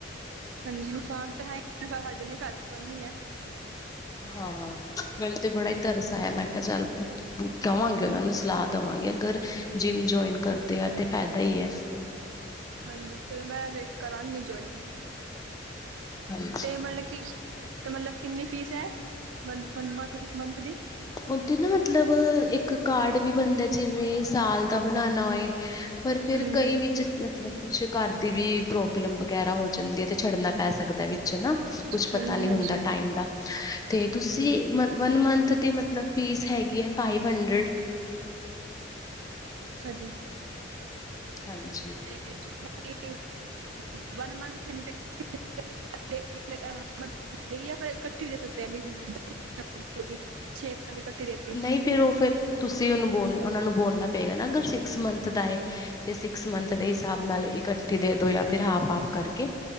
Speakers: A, on the right; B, on the left.
A: ਹਾਂਜੀ, ਨੁਕਸਾਨ ਤੇ ਹੈ ਨੀ ਸਾਡੇ ਲਈ ਫਾਇਦੇਮੰਦ ਹੀ ਹੈ।
B: ਹਾਂ, ਮੈਨੂੰ ਤੇ ਬੜਾ ਹੀ ਤਰਸ ਆਇਆ, ਮੈਂ ਕਿਹਾ ਚੱਲ। ਕਵਾਂਗੇ ਉਹਨਾਂ ਨੂੰ ਸਲਾਹ ਦੇਵਾਂਗੇ, ਅਗਰ ਜਿੰਮ ਜੁਆਇਨ ਕਰਦੇ ਆ ਤੇ ਫਾਇਦਾ ਹੀ ਹੈ।
A: ਹਾਂਜੀ, ਫਿਰ ਮੈਂ ਵੇਖ ਕਰਾਂਗੀ ਜੁਆਇਨ।
B: ਹਾਂਜੀ
A: ਤੇ ਮਤਲਬ ਕਿ ਅਤੇ, ਮਤਲਬ ਕਿੰਨੀ ਫ਼ੀਸ ਹੈ ਮੰ ਮੰਥ ਦੀ?
B: ਉੱਥੇ ਨਾ ਮਤਲਬ ਇੱਕ ਕਾਰਡ ਵੀ ਬਣਦਾ ਜਿਵੇਂ ਸਾਲ ਕਬਨਾ ਨਾ ਹੋਏ ਪਰ ਫਿਰ
A: ਹਾਂਜੀ
B: ਕਈ ਵਿੱਚ ਮਤਲਬ ਕੁਛ ਘਰ ਦੀ ਵੀ ਪ੍ਰੋਬਲਮ ਵਗੈਰਾ ਹੋ ਜਾਂਦੇ ਤੇ ਛੱਡਨਾ ਪੈ ਸਕਦਾ ਵਿੱਚ ਹਨਾ, ਕੁਛ ਪਤਾ
A: ਹਾਂਜੀ
B: ਨੀ ਹੁੰਦਾ
A: ਹਾਂਜੀ
B: ਟਾਈਮ ਦਾ। ਤੇ ਤੁਸੀਂ ਮਤਲਬ ਮਥੰ ਦੀ ਮਤਲਬ ਫੀਸ ਹੈਗੀ ਹੈ ਫਾਈਵ ਹੰਡਰਡ।
A: ਅੱਛਾ ਜੀ।
B: ਹਾਂਜੀ।
A: ਏ ਮੈਂ ਕਿਹਾ ਵਨ ਮੰਥ ਨਹੀਂ ਤੇ ਨੇ ਕਿਹਾ ਹਮ <unintelligible> ਇਹੀ ਹੈ ਫਿਰ ਇਕੱਠੀ ਦੇ ਸਕਦੇ ਹਾਂ, ਮਹੀਨਿਆਂ ਦੀ ਛੇ। ਇਹਨਾਂ ਦੀ ਇਕੱਠੀ ਦੇ
B: ਨਹੀਂ ਪੇ ਉਹ ਫਿਰ ਤੁਸੀਂ ਉਹਨੂੰ ਬੋਲ ਉਹਨਾ ਨੂੰ ਬੋਲਣਾ ਪਏਗਾ, ਨਾ ਅਗਰ ਸਿਕਸ ਮੰਥ ਦਾ ਏ ਤੇ ਸਿਕਸ ਮੰਥ ਦੇ ਹਿਸਾਬ ਨਾਲ ਇਕੱਠੇ ਦੇ ਦੋ ਜਾਂ ਫਿਰ ਹਾਫ ਹਾਫ ਕਰਕੇ।